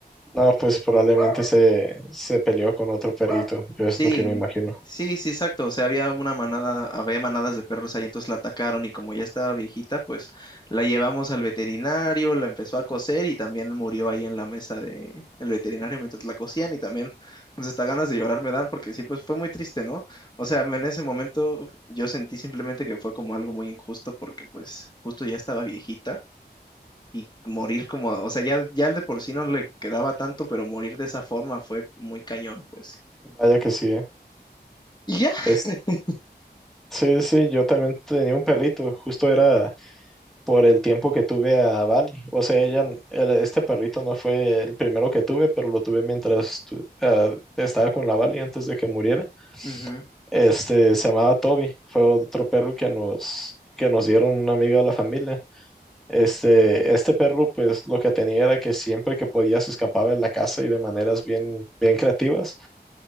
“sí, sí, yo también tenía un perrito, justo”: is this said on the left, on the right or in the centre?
Centre